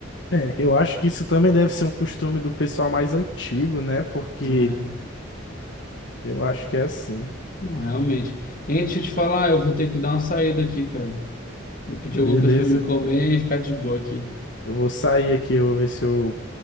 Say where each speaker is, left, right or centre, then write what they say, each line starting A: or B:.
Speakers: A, on the left (about 60°); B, on the left (about 40°).
A: É, eu acho que isso também deve ser um costume do pessoal mais antigo, né? Porque
B: É,
A: eu acho que é assim.
B: não, realmente. Hein, deixa eu te falar, eu vou ter que dar uma saída aqui, cara. Vou pedir alguma
A: Beleza,
B: coisa pra me comer e ficar de boa aqui.
A: eu vou sair aqui, eu vou ver se eu